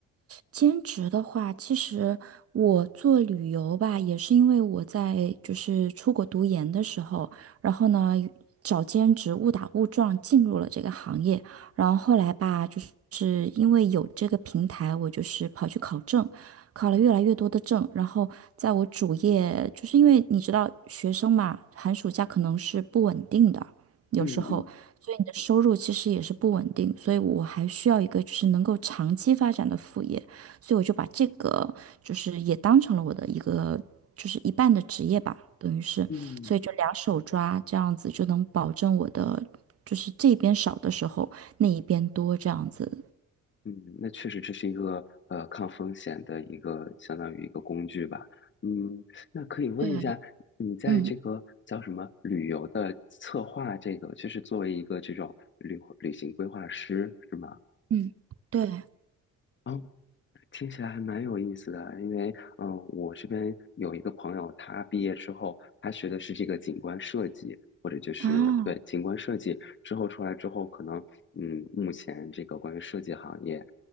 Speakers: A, on the right; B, on the left.
A: 兼职的话，其实我做旅游吧，也是因为我在就是出国读研的时候，然后呢找兼职，误打误撞进入了这个行业，然后后来吧，就是因为有这个平台，我就是跑去考证，考了越来越多的证，然后在我主业，就是因为你知道学生嘛，寒暑假可能是不稳定的，有时候。
B: 嗯嗯。
A: 所以你的收入其实也是不稳定，所以我还需要一个就是能够长期发展的副业。所以我就把这个就是也当成了我的一个就是一半的职业吧，等于是，
B: 嗯，
A: 所以就两手抓这样子就能保证我的就是这边少的时候那一边多这样子。
B: 嗯，那确实这是一个呃抗风险的一个相当于一个工具吧。嗯，那可以问一下，
A: 对，
B: 你在这个叫什么旅游的策划这个，
A: 嗯
B: 就是作为一个这种旅旅行规划师是吗？
A: 嗯，对
B: 哦，听起来还蛮有意思的，因为嗯，呃我这边有一个朋友，他毕业之后，他学的是这个景观设计，或者就是对景观设计之后出来之后，
A: 啊，
B: 可能嗯，目前这个关于设计行业。